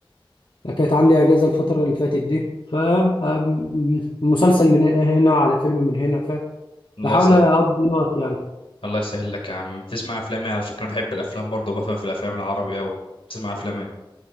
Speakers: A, on the left (about 60°); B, on the left (about 85°).
A: آه، كانت عندي اجازه الفتره اللي فاتت دي ف آم، مسلسل من هنا على فيلم من هنا
B: الله
A: فبحاول
B: يسهل
A: اقضي الوقت يعني
B: الله يسهل لك يا عم بتسمع افلام ايه على فكره انا بحب الافلام برضه وبفهم في الافلام العربي اوي بتسمع افلام ايه